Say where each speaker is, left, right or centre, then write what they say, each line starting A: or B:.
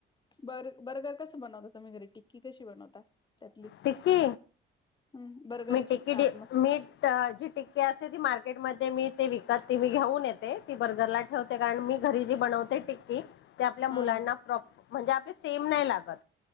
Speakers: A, on the left (about 20°); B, on the left (about 70°).
A: बर बर्गर कसं बनवता तुम्ही घरी टिक्की कशी बनवता? त्यातली
B: टिक्की
A: हम बर्गरची
B: मी टिक्की
A: आत मग
B: मी जी टिक्की असे ती मार्केट मार्केट मध्ये मिळते विकत ती मी घेऊन येते ती बर्गरला ठेवते कारण मी घरी जी बनवते टिक्की ते आपल्या मुलांना
A: हा हा
B: प्रप म्हणजे आपले सेम नाही लागत.